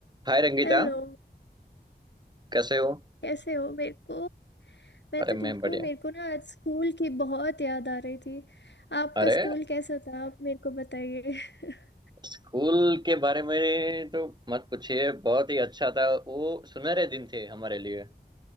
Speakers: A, on the right; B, on the left.
A: हाय रंगीता
B: हेलो
A: कैसे हो
B: कैसे हो मेरे को मैं
A: अरे
B: तो ठीक
A: मैं बढ़िया
B: हूँ मेरे को ना आज स्कूल की बहुत याद आ रही थी आपका
A: अरे
B: स्कूल कैसा था आप मेरे को बताइए <laughs>
A: स्कूल के बारे में तो मत पूछिए बहुत ही अच्छा था वो सुनहरे दिन थे हमारे लिए